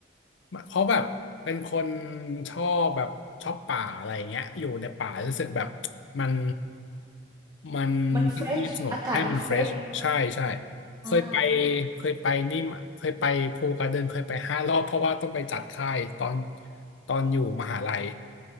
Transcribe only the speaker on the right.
ำมันเฟรชอากาศมันเฟรช
อา